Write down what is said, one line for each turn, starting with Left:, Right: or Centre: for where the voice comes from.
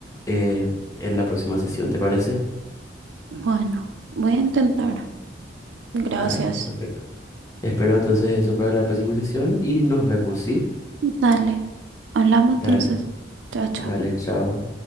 Left: eh, en la próxima sesión, ¿te parece?
Right: bueno, voy a intentar. Gracias.
Left: Dale, perfecto. Espero entonces eso para la próxima sesión y nos vemos, ¿sí?
Right: Dale, hablamos entonces.
Left: Dale,
Right: Chao, chao.
Left: dale, chao.